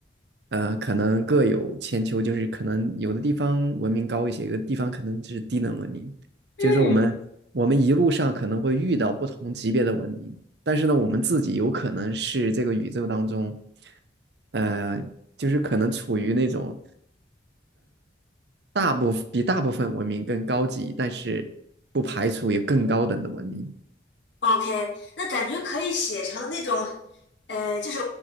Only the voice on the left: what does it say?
嗯，
？OK，那感觉可以写成那种，呃，就是